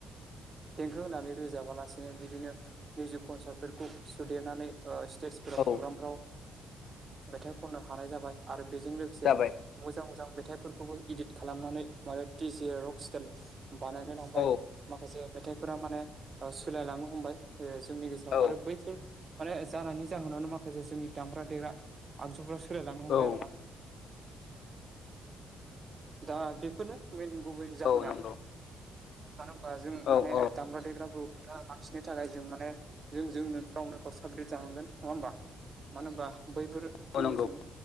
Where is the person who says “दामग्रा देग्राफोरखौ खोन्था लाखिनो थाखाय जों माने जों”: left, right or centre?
Right